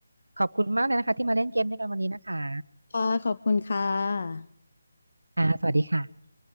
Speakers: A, on the right; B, on the left.
A: ขอบคุณมากเลยนะคะที่มาเล่นเกมด้วยกันวันนี้นะคะ
B: ค่ะขอบคุณค่ะ
A: ค่ะสวัสดีค่ะ